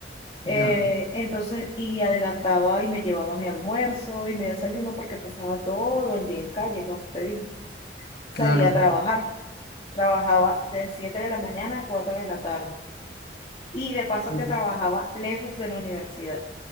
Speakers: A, on the left (about 30°); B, on the left (about 60°).
A: Eh,
B: ya,
A: entonces, y adelantaba y me llevaba mi almuerzo y mi desayuno porque pasaba todo el día en calle, como te dije. Salía
B: claro.
A: a trabajar, trabajaba de 7 de la mañana a 4 de la tarde. Y de paso
B: Uf,
A: que trabajaba lejos de la universidad.